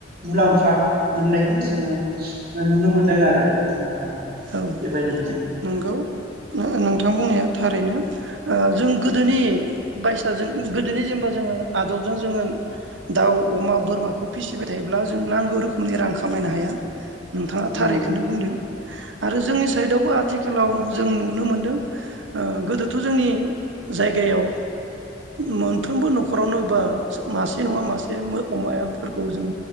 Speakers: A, on the right (about 55°); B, on the right (about 85°).
A: मुलाम्फा मोननायखौबो जोङो नुनो मोनदों आरो ओ
B: औ
A: बेबायदिनो
B: नंगौ नोंथां बुंनाया थारैनो ओ जों गोदोनि बायसाजों गोदोनि जेनेबा जोङो आदबजों जोङो दाउ अमा बोरमाखौ फिसिबाय थायोब्ला जों नांगौ रोखोमनि रां खामायनो हाया नोंथाङा थारैखौनो
A: नंगौ
B: बुंदों आरो जोंनि साइडआवबो आथि आथिखालाव जों नुनो मोनदों ओ गोदोथ' जोंनि जायगायाव मोनफ्रोमबो न'खरावनो बा मासे नङा मासे अमाफोरखौ जों